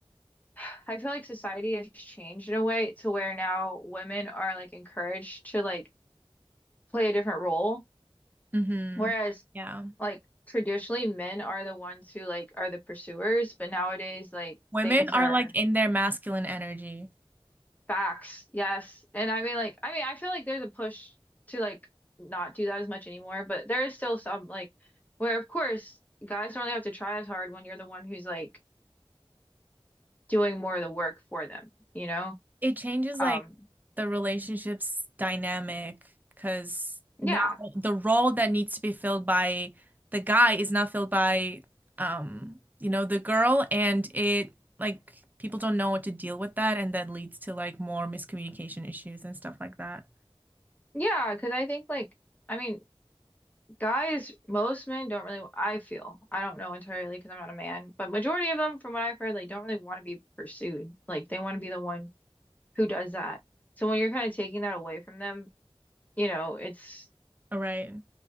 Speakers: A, on the left; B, on the right.
A: <sighs> I feel like society has changed in a way to where now women are like encouraged to like play a different role,
B: Mm-hmm.
A: whereas
B: Yeah.
A: like traditionally men are the ones who like are the pursuers, but nowadays like
B: Women
A: things
B: are
A: are
B: like in their masculine energy.
A: Facts, yes. And I mean like I mean I feel like there's a push to like not do that as much anymore, but there is still some like where of course guys don't really have to try as hard when you're the one who's like doing more of the work for them, you know?
B: it changes
A: Um
B: like the relationships dynamic because
A: yeah.
B: now the role that needs to be filled by the guy is not filled by um you know the girl and it like people don't know what to deal with that and that leads to like more miscommunication issues and stuff like that.
A: yeah, because I think like I mean guys most men don't really I feel. I don't know entirely because I'm not a man, but majority of them from what I've heard like don't really want to be pursued. Like they want to be the one who does that. So when you're kind of taking that away from them, you know, it's
B: All right.